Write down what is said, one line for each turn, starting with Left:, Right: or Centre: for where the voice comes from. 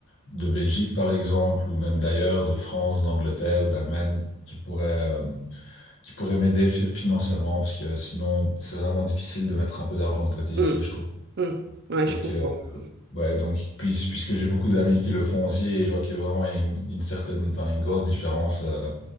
Left: de Belgique, par exemple, ou même d'ailleurs, de France, d'Angleterre, d'Allemagne, qui pourrait euh, qui pourrait m'aider fi- financièrement, parce que sinon, c'est vraiment difficile de mettre un peu d'argent de côté
Right: Mm.
Left: ici, je trouve.
Right: Mm. Ouais,
Left: Et
Right: je
Left: que,
Right: comprends.
Left: euh, ouais, donc, puis- puisque j'ai beaucoup d'amis qui le font aussi, et je vois qu'il y a vraiment il y a une, une certaine, enfin, une grosse différence. euh.